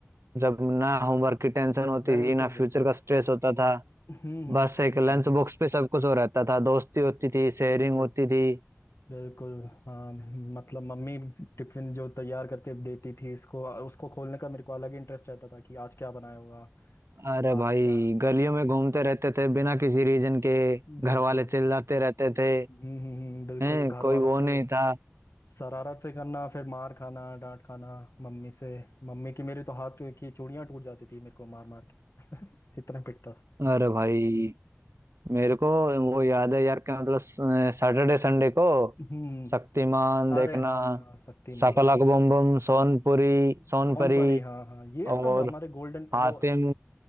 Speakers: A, on the right; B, on the left.
A: जब ना होमवर्क की टेंशन होती
B: बिल्कुल
A: थी ना
B: बिल्कुल
A: फ्यूचर का स्ट्रेस होता था
B: हम्म हम्म
A: बस
B: सेम
A: एक लंच
B: सेम
A: बॉक्स पे सब कुछ हो रहता था दोस्ती होती थी शेयरिंग
B: बिल्कुल
A: होती थी
B: बिल्कुल हाँ मतलब मम्मी टिफिन जो तैयार करके देती थी इसको उसको खोलने का मेरे को अलग इंटरेस्ट रहता था कि आज क्या बनाया होगा
A: अरे भाई
B: आज क्या
A: गलियों में घूमते रहते थे बिना किसी रीजन के
B: बिल्कुल
A: घर वाले चिल्लाते रहते थे
B: हम्म हम्म, हम्म, बिल्कुल
A: हैं
B: घर
A: कोई
B: वालों
A: वो
B: से
A: नहीं था
B: शरारतें करना फिर मार खाना डांट खाना मम्मी से मम्मी की मेरे तो हाथ की चूड़ियां टूट जाती थी मेरे को मार मार के <laughs> इतना पिटता था
A: अरे भाई मेरे को वो याद है यार क्या मतलब सैटरडे संडे को
B: हम्म
A: शक्तिमान देखना
B: अरे हाँ हाँ, शक्तिमान
A: शकलक बम बम सोनपुरी
B: सोन
A: सोनपरी
B: परी हाँ हाँ ये सब
A: और
B: हमारे गोल्डन
A: हातिम
B: वो एक